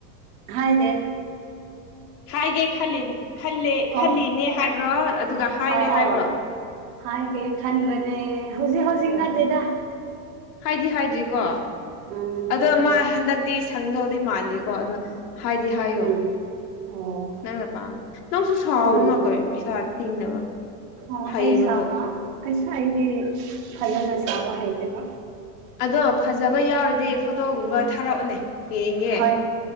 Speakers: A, on the right; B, on the left.
A: ꯍꯥꯏꯗꯦ
B: ꯍꯥꯏꯒꯦ ꯈꯂꯤ ꯈꯂꯦ ꯈꯜꯂꯤꯅꯦ
A: ꯑꯣ
B: ꯍꯥꯏꯕ꯭ꯔꯣ ꯑꯗꯨꯒ ꯍꯥꯏꯔꯦ
A: ꯑꯥꯎ
B: ꯍꯥꯏꯕ꯭ꯔꯣ
A: ꯑꯥꯎ ꯍꯥꯏꯒꯦ ꯈꯟꯕꯅꯦ ꯍꯧꯖꯤꯛ ꯍꯧꯖꯤꯛ
B: ꯑꯣ
A: ꯅꯠꯇꯦꯗꯥ
B: ꯍꯥꯏꯗꯤ ꯍꯥꯏꯗ꯭ꯔꯤꯀꯣ
A: ꯎꯝ
B: ꯑꯗꯣ
A: ꯍꯥꯏꯗ꯭ꯔꯤ
B: ꯃꯥ ꯍꯟꯗꯛꯇꯤ ꯁꯪꯗꯧꯗ ꯃꯥꯟꯗꯦꯀꯣ ꯑꯗꯣ ꯍꯥꯏꯗꯤ ꯍꯥꯏꯌꯣ
A: ꯎꯝ ꯑꯣ
B: ꯅꯪꯅ ꯄꯥꯝ ꯅꯪꯁꯨ ꯁꯥꯎꯅꯣ
A: ꯎꯝ
B: ꯀꯧ ꯄꯩꯁꯥ ꯇꯤꯡꯅꯕ
A: ꯑꯣ
B: ꯍꯩꯕꯕꯨ
A: ꯑꯩ ꯁꯥꯕ ꯑꯩ ꯁꯑꯩꯗꯤ ꯐꯖꯅ ꯁꯥꯕ ꯍꯥꯏꯩꯇꯦꯕ
B: ꯑꯗꯣ ꯐꯖꯕ ꯌꯥꯎꯔꯗꯤ ꯐꯣꯇꯣꯒꯨꯝꯕ ꯊꯥꯔꯛꯎꯅꯦ ꯌꯦꯡꯒꯦ
A: ꯍꯣꯏ